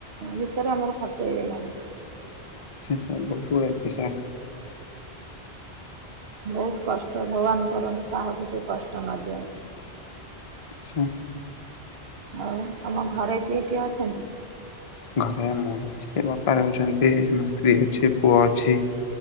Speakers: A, on the right; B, on the left.
A: ଭିତରେ ଆମର ଖର୍ଚ୍ଚ ହେଇଗଲାଣି।
B: ଆଛା ଆଛା ବହୁତ ପଇସା
A: ବହୁତ କଷ୍ଟ ଭଗବାନ କରନ୍ତିୁ କାହାକୁ ସେ କଷ୍ଟ ନ ଦିଅନ୍ତିୁ।
B: ଆଚ୍ଛା।
A: ଆଉ ତମ ଘରେ କିଏ କିଏ ଅଛନ୍ତି
B: ଘରେ ମୁଁ ରହୁଛି ବାପା ରହୁଛନ୍ତି ସ୍ତ୍ରୀ ଅଛି ପୁଅ ଅଛି